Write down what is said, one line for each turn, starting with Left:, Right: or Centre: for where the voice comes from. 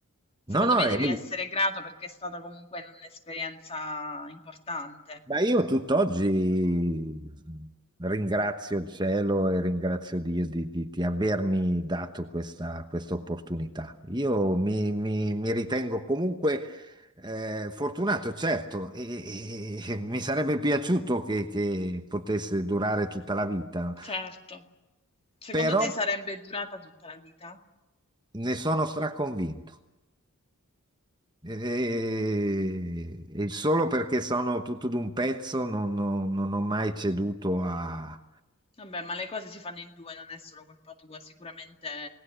Left: Secondo
Right: No, no,
Left: me
Right: è,
Left: devi essere grato perché è stata comunque un'esperienza importante.
Right: Ma io tutt'oggi ringrazio il cielo e ringrazio Dio di, di- di avermi dato questa, questa opportunità. Io mi, mi- mi ritengo comunque eh, fortunato, certo, e, e- e mi sarebbe piaciuto che, che potesse durare tutta la vita,
Left: Certo. Secondo
Right: però
Left: te sarebbe durata tutta la vita?
Right: ne sono straconvinto. E, e solo perché sono tutto d'un pezzo non, non- non ho mai ceduto a,
Left: Vabbè, ma le cose si fanno in due, non è solo colpa tua, sicuramente